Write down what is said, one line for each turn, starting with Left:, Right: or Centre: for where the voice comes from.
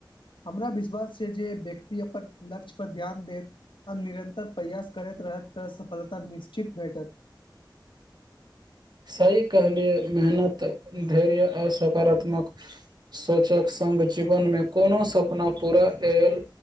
Left: हमरा विश्वास छै जे व्यक्ति अपन लक्ष्य परर ध्यान देत आ निरन्तर प्रयास करैत रहत तऽ सफलता निश्चित भेटत।
Right: ता कहलियए मेहनत धैर्य आ सकारात्मक सोचक सङ्ग जीवनमे कोनो सपना पूरा कयल